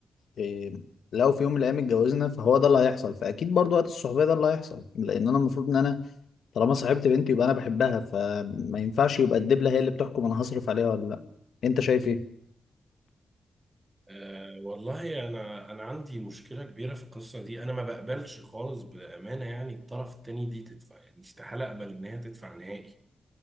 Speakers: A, on the left; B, on the right.
A: إيه، لو في يوم من الايام اتجوزنا فهو ده اللي هيحصل فاكيد برضو وقت الصحوبيه ده اللي هيحصل لان انا المفروض ان انا طالما صاحبت بنتي يبقى انا بحبها فما ينفعش يبقى الدبله هي اللي بتحكم انا هصرف عليها ولا لا انت شايف ايه
B: أه والله انا انا عندي مشكلة كبيرة في القصة دي انا ما بقبلش خالص بأمانة يعني الطرف التاني دي تدفع يعني استحالة اقبل ان هي تدفع نهائي